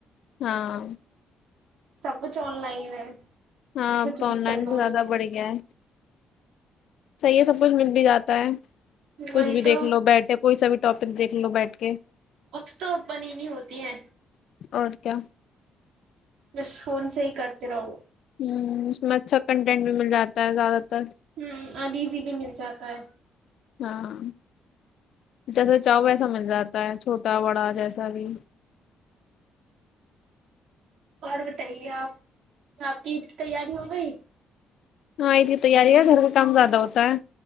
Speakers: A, on the left; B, on the right.
A: ہاں۔
B: سب کچھ آن لائن ہے۔
A: ہاں
B: کچھ
A: اب تو
B: بھی
A: آن لائن
B: کر لو
A: زیادہ بڑھیا ہے۔ صحیح ہے سب کچھ مل بھی جاتا ہے۔
B: وہی
A: کچھ بھی
B: تو
A: دیکھ لو بیٹھے کوئی سا بھی۔۔۔ ٹاپک دیکھ لو بیٹھ کے۔
B: بکس تو اوپن ہی نہیں ہوتی ہے۔
A: اور کیا۔
B: بس فون سے ہی کرتے رہو۔
A: ہمم۔ اس میں اچھا کنٹینٹ بھی مل جاتا ہے زیادہ تر۔
B: ہمم اب ایزیلی مل جاتا ہے۔
A: ہاں۔ جیسا چاہو ویسا مل جاتا ہے۔ چھوٹا بڑا جیسا بھی۔
B: اور بتائیے آپ؟ آپ کی تیاری ہو گئی؟
A: ہاں کی تیاری کم گھر کا کام زیادہ ہوتا ہے۔